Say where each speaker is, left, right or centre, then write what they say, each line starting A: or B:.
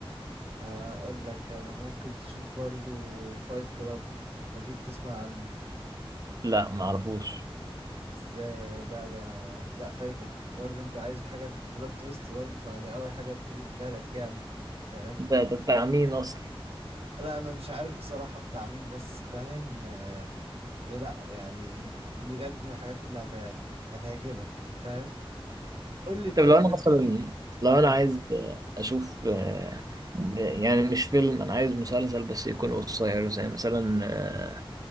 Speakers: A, on the right; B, on the right.
A: هقول لك انا ممكن تشوف برضو فايت كلاب اكيد تسمع عنه
B: لا ما اعرفوش
A: ازاي يا جد- لا ده لا فايتك برضه انت عايز حاجة بلوت تويست برضه فده اول حاجة تيجي في بالك يعني فاهم
B: ده ده بتاع مين اصلا
A: لا انا مش عارف بصراحة بتاع مين بس فاهم آه، يا لا يعني بجد من الحاجات اللي هت... هتعجبك فاهم قول لي طيب
B: طب لو انا
A: انت
B: مثلا لو
A: اه
B: انا عايز اشوف آه، يعني مش فيلم انا عايز مسلسل بس يكون قصير زي مثلا آه،